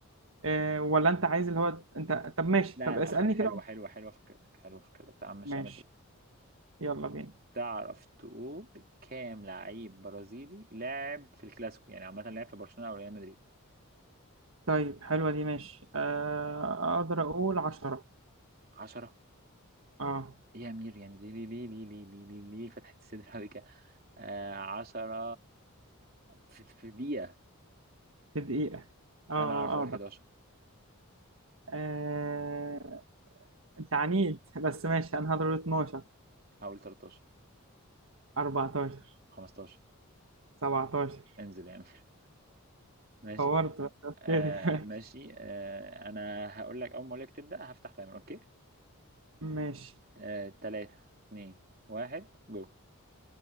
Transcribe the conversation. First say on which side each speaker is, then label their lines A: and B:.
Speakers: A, on the right; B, on the right.
A: آه، ولا انت عايز اللي هو انت طب ماشي
B: لا
A: طب
B: لا
A: اسألني
B: خلي حلوه
A: كده
B: حلوه حلوه فكرتك حلوه فكرتك تعال نمشيها
A: ماشي
B: مزاد
A: يلا بينا
B: تعرف تقول كام لعيب برازيلي لعب في الكلاسيكو يعني عامه لعب في برشلونه او ريال مدريد
A: طيب حلوة دي ماشي آه، اقدر اقول عشرة
B: 10
A: اه
B: ايه يا امير يعني ليه ليه ليه ليه ليه ليه ليه, ليه فتحت الصدر قوي كده 10 في, في دقيقه
A: في دقيقة اه
B: انا اعرف اقول
A: آه، اقدر
B: 11
A: آه، انت عنيد <laughs> بس ماشي انا هضرب 12
B: هقول 13
A: 14
B: 15
A: 17
B: انزل يا امير ماشي
A: طورت بس اوكي
B: آه ماشي
A: <laughs>
B: آه انا هقول لك اول ما اقول لك تبدا هفتح تايمر اوكي
A: ماشي
B: آه تلاتة اتنين واحد جو